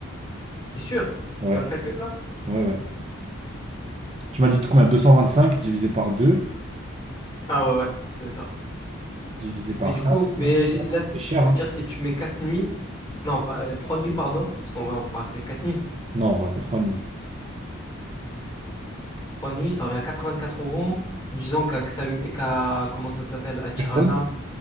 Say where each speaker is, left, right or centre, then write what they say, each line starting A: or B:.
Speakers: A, on the left (about 20°); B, on the right (about 30°).
A: C'est sûr?
B: Ouais.
A: Dans le calcul là?
B: Ouais, ouais. Tu m'as dit combien? 225 divisé par 2
A: Ah ouais, ouais, c'est ça.
B: divisé par
A: Mais du
B: 4.
A: coup, mais
B: Ouais, c'est ça.
A: j'ai- là, c-
B: C'est cher,
A: ça
B: hein?
A: veut dire si tu mets quatre nuits, non, pas euh, trois nuits, pardon, parce qu'on va, on va passer quatre nuits.
B: Non, ouais, c'est 3 nuits.
A: Trois nuits, ça revient à 84 euros. Disons qu'à, Xam- qu'à- comment ça s'appelle,
B: Par
A: à Tirana,
B: personne?